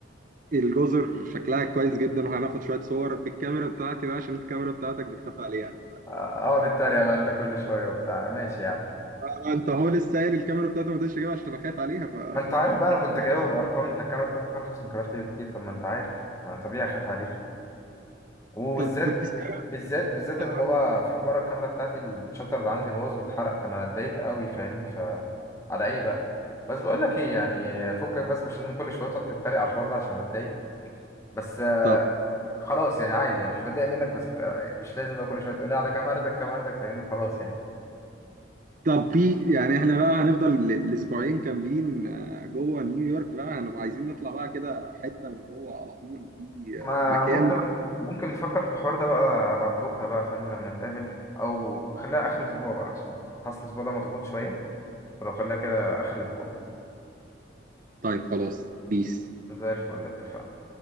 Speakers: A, on the right; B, on the left.
A: الجزر شكلها كويس جدا وهناخد شويه صور بالكاميرا بتاعتي بقى عشان الكاميرا بتاعتك بتخاف عليها
B: آه، اقعد اتريق بقى انت كل شويه وبتاع ماشي يا عم
A: طبعا انت هو لسه قايل الكاميرا بتاعته ما تقدرش اجيبها عشان اخاف عليها ف
B: ما انت عارف
A: يعني
B: بقى انا كنت جايبها بارقام انت الكاميرا بتاعتك ارخص من كاميرتي بكتير طب ما انت عارف ما انا طبيعي اخاف عليها وبالذات
A: طب كنت سامع
B: بالذات بالذات
A: آه،
B: اللي هو في في مره الكاميرا بتاعتي الشاتر عندي باظ واتحرق فانا اتضايقت قوي فاهمني ف على ايه بقى بس بقول لك ايه يعني فكك بس مش لازم كل شويه تقعد تتريق على الحوار ده عشان بتضايق بس آه،
A: طب
B: خلاص يعني عادي يعني مش بتضايق منك بس فت... مش لازم بقى كل شويه تقول لي على كاميرتك كاميرتك فاهمني خلاص يعني
A: طب في يعني احنا بقى هنفضل ال- الاسبوعين كاملين آه، جوه نيويورك بقى هنبقى عايزين نطلع بقى كده حتة من جوه على طول في
B: ما
A: آه، مكان
B: أنا ممكن ممكن نفكر في الحوار ده بقى بعد بكرة بقى فاهمني لما نتقابل أو خليها آخر الأسبوع بقى عشان حاسس الأسبوع ده مضغوط شوية فلو خليها كده آخر الأسبوع
A: طيب خلاص بيس
B: زي الفل اتفقنا